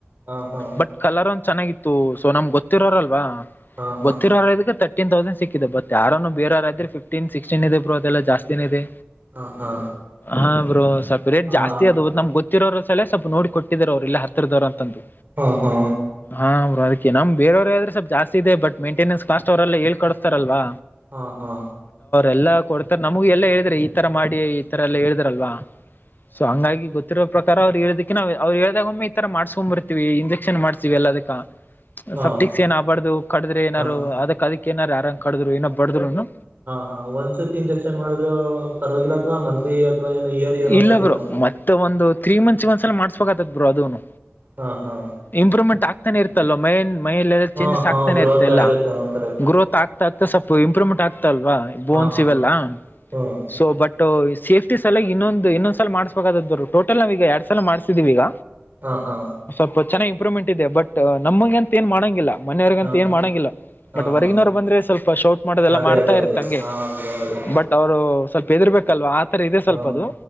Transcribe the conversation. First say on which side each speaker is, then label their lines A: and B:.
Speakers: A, on the right (about 50°); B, on the left (about 50°).
A: ಹಾ ಹಾ
B: ಬಟ್ ಕಲರ್ ಒಂದ ಚೆನ್ನಾಗಿ ಸೊ ನಮ್ಗೆ ಗೊತ್ತಿರೋರಲ್ವಾ
A: ಹಾ ಹಾ
B: ಗೊತ್ತಿರೋರ ಇದಕ್ಕೆ ತ ಫ್ಟೀನ್ ತೌಸಂಡ್ ಸಿಕ್ಕಿದೆ ಬತ್ ಯಾರು ಬೇ ಯಾರ ಇದ್ರೆಫ್ಟನ್ ಸಿಕ್ಸ್ಟನ್ದೆ ಬ್ರೋ ಅದೆಲ್ಲ ಜಾಸ್ನ ಇದೆ
A: ಹಾ ಹಾ
B: ಹಾ ಬ್ರೋ ಸ್ವಲ್ಪ ರೇಟ್
A: ಹಾ ಹಾ
B: ಜಾಸ್ತಿ ಅದ ನಮ್ ಗೊತ್ತ ಹಿರೋರ ಸ ಸ್ವಲ್ಪೋಡಿ ಕೊಟ್ಟಿದರು ಅವರುಲ್ಲ ಹರದವರ ಅಂತಂದು
A: ಹಾ ಹಾ
B: ಹಾ ಬ್ರೋ ಅದಕ್ಕೆ ನಮ ಬೇರವ್ರಾವ್ರ ಸ್ಲ್ ಜಾಸ್ ಇದೆ ಬಟ್ ಮೈಂಟೆನೆನ್ಸ್ ಕಸ್ಟ್ ಅವರೆಲ್ಲ ಹಳ್ಕಡ್ಸ್ತಾರಲ್ವಾ
A: ಹಾ ಹಾ
B: ಎಲ್ಲಾ ಕೊಡ್ತಾರೆ ನಮಗಗೆ ಎಲ್ಲಾ ಹೇಳಿದ್ರೆ ಈ ತರ ಮಾಡಿ ಈ ತರ ಎಲ್ಲ ಹೇಳಿದ್ರಲ್ವಾ ಸೊ ಹಂಗಾಗಿ ಗೊತ್ತಿರೋ ಪ್ರಕಾರ ಅವ್ರು ಹೇಳದಕಿ ನ ಅವ್ರು ಹೇಳ್ದಾಗೊಮ್ಮೆ ಈ ತರ ಮಾಡ್ಸ್ಕೊ ಬರ್ತಾರೆ ವಿ ಇಂಜೆಕ್ಷನ್ ಮಾಡ್ತೀವಿ ಎಲ್ಲದಕ್ಕ
A: ಹಾ
B: ಸಫ್ಟಿಕ್ಸ್ ಏನಬಾರ್ದು ಕಡದ್ರೆ ಏನಾರು
A: ಹಾ
B: ಅದಕ್ ಅದಕ್ ಏನಾರ ಯಾರಂಗ ಕಡಿದ್ರು ಏನ ಬಡ್ದ್ರುನು
A: ಹ ಒಂದ್ಸತಿ ಇಂಜೆಕ್ಷನ್ ಮಾಡ್ರರು ಪರವಾಗಿಲ್ಲ ಅಥವಾ ಮಂತ್ಲಿ ಅಥವಾ ಏನು ಇಯರ್ ಇಯರ್ ಒಂದ್ಸತಿ
B: ಇಲ್ಲ ಬರು
A: ಮಾಡ್ಸ್ಬೇಕು
B: ಮತ್ತೆ ಒಂದು ತ್ರೀ ಮಂತ್ಸ್ ಒಂದ್ಸಲ ಮಾಡ ಬ ಅದುನು
A: ಹಾ ಹಾ
B: ಇಂಪ್ರೂವ್ಮೆಂಟ್ ಆಗ್ತಾನೆ ಇರ್ತಲ್ ಮೇನ್ ಮೈಲೆಲ್ಲ
A: ಹಾ
B: ಚೇಂಜಸ್
A: ಹಾ
B: ಆಗ್ತಾನೆ
A: ಗ್ರೋತ್
B: ಇರ್ತ್ತೆಲ್ಲ
A: ಇರುತ್ತೆ ಹ ಕರೆಕ್ಟ್
B: ಗ್ರೋತ್ ಆಗ್ತಾ ಆಗ್ತಾ ಸ್ವಲ್ಪ ಇಂಪ್ರೂವ್ಮೆಂಟ್ ಆಗ್ತ ಅಲ್ವಾ ಬೋನ್ಸ್
A: ಹಾ ಹಾ
B: ಇವೆಲ್ಲಾ
A: ಹ್ಮ
B: ಸೊ ಬಟ್ ಸೇಫ್ಟಿ ಸಲಲ್ ಇನ್ನೊಂದು ಇನ್ನೊಂದು ಸಲಲ್ ಮಾಡ್ಬೇಕಾದದ್ದರು ಟೋಟಲ್ ನಾವ ಈಗ ಎಡ್ ಸಲ ಮಾಡ್ಸಿದೀವಿ ಈಗ
A: ಹಾ ಹಾ
B: ಸ್ವಲ್ಪ ಚೆನ್ನಾಗಿ ಇಂಪ್ರೂವ್ಮೆಂಟ್ ಇದೆ ಬಟ್ ನಮ್ಗ ಅಂತ ಏನ್ ಮಾಡಂಗಿಲ್ಲ ಮನೆಯವರ್ಗಂತ
A: ಹಾ
B: ಏನ್
A: ಹಾ
B: ಮಾಡಂಗಿಲ್ಲ
A: ಹಾ
B: ಬಟ್ ಹೊರ್ಗಿನವರು
A: ಹಾ
B: ಬಂದ್ರೆ ಸ್ವಲ್ಪ ಶೌಟ್ ಮಾಡದೆಲ್ಲ
A: ಅದೇ
B: ಮಾಡ್ತಾ
A: ಅದೇ
B: ಇರುತ್ತ
A: ಅದೇ
B: ಹಂಗೆ
A: ಹಾ ಬ್ರೋ ಅದೇ
B: ಬಟ್ ಅವ್ರು ಸ್ವಲ್ಪ ಎದುರು ಬ ಲ್ವಾ ಆತರ ಇದೆ
A: ಹಾ
B: ಸ್ವಲ್ಪ ಅದು